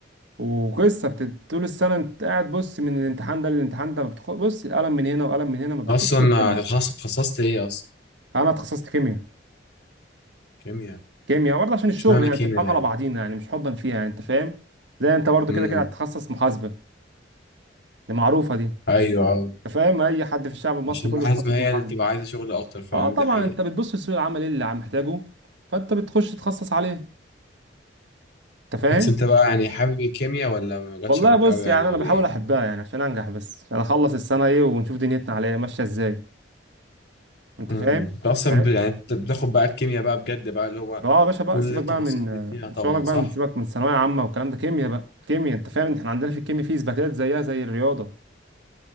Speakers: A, on the right; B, on the left.
A: وقصه بت- طول السنه انت قاعد بص من الامتحان ده للامتحان ده ما بتخ... بص القلم من هنا وقلم من هنا ما بتشوفش
B: اصلا
A: قدامك
B: خاص اتخصصت ايه اصلا
A: انا اتخصصت كيمياء
B: كيمياء
A: كيمياء برضه عشان الشغل
B: مش معنى
A: يعني
B: كيمياء
A: مش هنضحك
B: يعني
A: على بعضينا يعني مش حبا فيها يعني انت فاهم زي انت برضه
B: امم
A: كده كده هتتخصص محاسبه دي معروفه دي
B: ايوه آه.
A: انت فاهم اي حد في الشعب المصري
B: عشان المحاسبة
A: كله بيتخصص
B: هي
A: محاسبه
B: اللي بتبقى عايزة شغل اكتر فعلا
A: اه طبعا
B: دي حقيقة
A: انت بتبص لسوق العمل ايه اللي عم محتاجه فانت بتخش تتخصص عليه انت فاهم
B: بس انت بقى يعني حابب الكيمياء ولا ما جاتش
A: والله
B: معاك
A: بص
B: قوي يعني
A: يعني
B: ولا
A: انا بحاول
B: ايه
A: احبها يعني عشان انجح بس عشان اخلص السنه ايه ونشوف دنيتنا عليها ماشيه ازاي انت
B: امم
A: فاهم
B: انت اصلا
A: فاهم؟
B: ب- يعني أنت بتاخد بقى الكيمياء بقى بجد بقى اللي هو
A: اه يا باشا بقى
B: كل
A: سيبك
B: التفاصيل
A: بقى من
B: اللي فيها
A: من
B: طبعا
A: شغلك بقى
B: صح
A: من سيبك من ثانويه عامه والكلام ده كيمياء بقى كيمياء انت فاهم احنا عندنا في الكيمياء في اثباتات زيها زي الرياضه